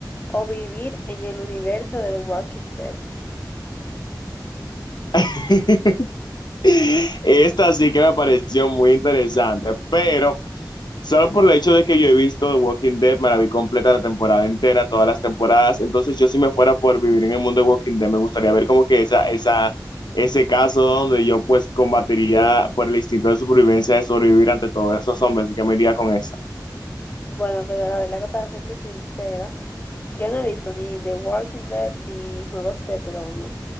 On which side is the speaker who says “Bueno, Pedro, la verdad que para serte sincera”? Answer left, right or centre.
Left